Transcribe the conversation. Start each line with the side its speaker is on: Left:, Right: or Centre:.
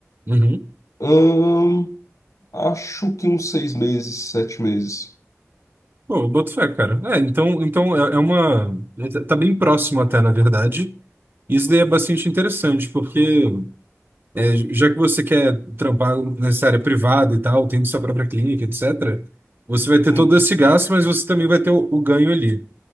Right: Uhum.
Left: hum, acho que uns seis meses, sete meses.
Right: Pô, eu boto fé, cara. É, então, então é, é uma. é, Tá tá bem próximo até, na verdade. Isso daí é bastante interessante, porque é, já que você quer trampar nessa área privada e tal, tendo sua própria clínica, etc., você vai ter
Left: Hum,
Right: todo esse gasto, mas você também vai ter o, o ganho ali.